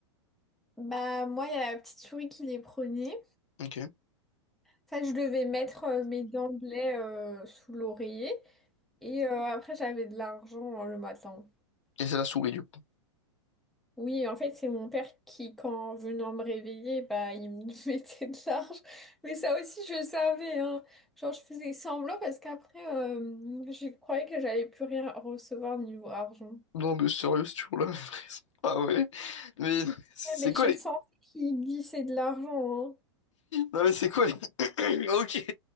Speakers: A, in the centre; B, on the left.
A: Bah, moi, il y a la petite souris qui les prenait.
B: Ok.
A: Ça, je devais mettre euh, mes dents de lait euh, sous l'oreiller. Et euh, après, j'avais de l'argent euh, le matin.
B: Et c'est la souris, du coup.
A: Oui, en fait, c'est mon père qui, quand venant me réveiller, bah, il me <laughs> mettait de l'argent. Mais ça aussi, je savais, hein. Genre, je faisais semblant parce qu'après, euh, je croyais que j'allais plus rien recevoir niveau argent.
B: Non, mais sérieux, c'est toujours la même raison. <laughs> Ah ouais? Mais c'est
A: Ouais, Mais
B: quoi
A: je
B: les...
A: sentais
B: <laughs>
A: qu'il glissait de l'argent, hein.
B: Non, mais c'est quoi les... <coughs> Ok!